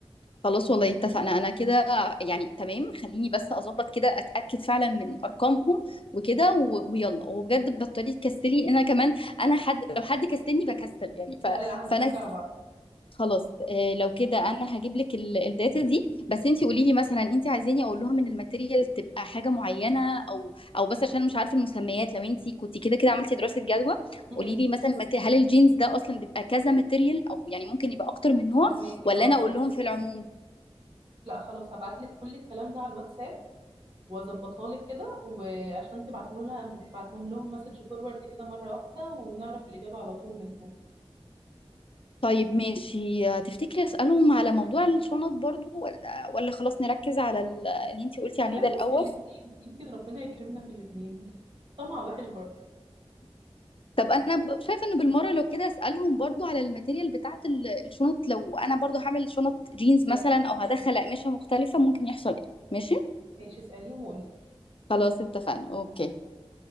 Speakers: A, on the left (about 60°); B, on the right (about 60°).
A: خلاص والله اتفقنا انا كده يعني تمام خليني بس اظبط كده اتاكد فعلا من ارقامهم وكده و... ويلا وبجد بطلي تكسلي انا كمان انا حد لو حد كسلني بكسل يعني ف...
B: لا لا هنشجع
A: فانا
B: بعض
A: خلاص آه، لو كده انا هجيب لك ال- الداتا دي بس انت قولي لي مثلا انت عايزاني اقول لهم ان الماتيريال تبقى حاجه معينه او او بس عشان أنا مش عارفه المسميات لو انت كنت كده كده عملتي دراسه جدوى
B: امم
A: قولي لي مثلا مت- هل الجينز ده اصلا بيبقى كذا ماتيريال او يعني ممكن يبقى اكتر من نوع
B: فهماكي
A: ولا
B: اه
A: انا اقول
B: اه
A: لهم في العموم
B: لا خلاص هبعتلك كل الكلام ده على الواتساب واظبطها لك كده وعشان تبعته لها تبعتهم لهم مسج فورورد كده مره واحده ونعرف الاجابه على طول منهم
A: طيب ماشي آه، تفتكري اسالهم على موضوع الشنط برضو ولا ولا خلاص نركز على ال- اللي انت قلتي عليه
B: ونركز
A: ده الاول
B: في الاثنين يمكن ربنا يكرمنا في الاثنين <laughs> طمع وحش برضه
A: طب انا ب- شايفه انه بالمره لو كده اسالهم برضو على الماتيريال بتاعه ال- الشنط لو انا برضو هعمل شنط جينز
B: بالظبط
A: مثلا او هدخل اقمشه مختلفه ممكن يحصل ايه ماشي
B: ماشي اساليهم وقولي
A: خلاص اتفقنا اوكي
B: لي